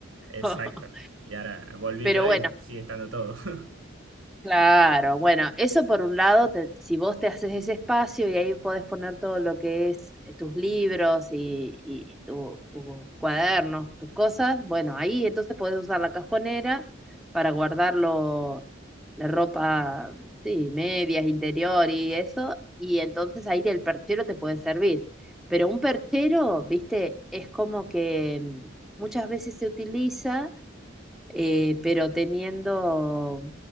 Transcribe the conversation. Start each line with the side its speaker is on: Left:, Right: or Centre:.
Right: Exacto.
Centre: <laughs>
Right: Y ahora volví
Centre: Pero
Right: yo
Centre: bueno.
Right: y sigue estando todo. <laughs>
Centre: Claro, bueno, eso por un lado, te- si vos te haces ese espacio y ahí podés poner todo lo que es eh, tus libros y, y tu- tus cuadernos, tus cosas, bueno, ahí entonces podés usar la cajonera para guardarlo, la ropa, sí, medias, interior y eso, y entonces ahí el perchero te puede servir. Pero un perchero, viste, es como que mm, muchas veces se utiliza eh, pero teniendo